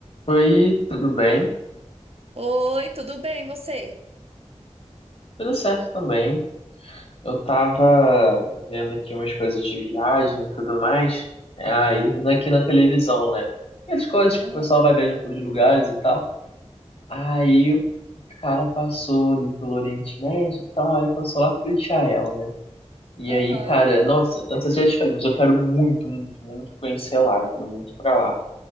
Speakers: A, on the left; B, on the right.
A: Oi, tudo bem?
B: Oi, tudo bem, você?
A: Tudo certo também. Eu tava vendo aqui umas coisas de viagem e tudo mais, é, aí aqui na televisão, né? E as coisas
B: Aham,
A: que o pessoal vai viajando pelos lugares e tal. Aí o cara passou ali pelo Oriente Médio e tal, aí passou lá por Israel, né? E
B: aham.
A: aí, cara, nossa, antes eu já te falei, mas eu quero muito, muito, muito conhecer lá, eu quero muito pra lá.